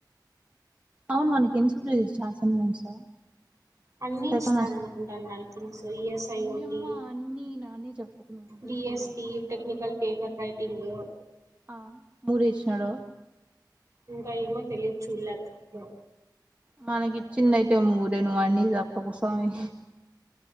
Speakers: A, on the right; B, on the right.
A: అవును వానికి. <unintelligible> <unintelligible>
B: అన్ని ఇచ్చినారు అనుకుంటాను I think so ESIOT DST technical paper writing
A: హడో.
B: ఇంకా ఏమో తెలిద్ చూడ్లా గ్రూప్ లో.
A: మనక్ ఇచ్చిన్దైతే మూదే, నువ్ అన్నీ జేప్పకుస్వామి.